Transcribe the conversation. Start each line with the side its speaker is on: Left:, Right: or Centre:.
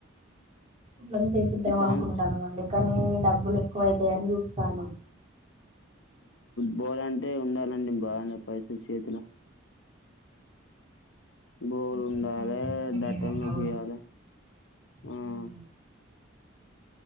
Right: <unintelligible> ఏపిద్దాం
Left: ఈ సంవత్సరం
Right: అనుకుంటాను అండి కానీ డబ్బులు ఎక్కువ అవుతాయని చూస్తానం
Left: బోర్ అంటే ఉండాలండి బాగానే పైసలు చేతిలో బోరూ ఉండాలి
Right: పైసలు అయితయో
Left: <unintelligible>
Right: లేదో అన్నా
Left: వేపియాలి
Right: కూడా
Left: మ్మ్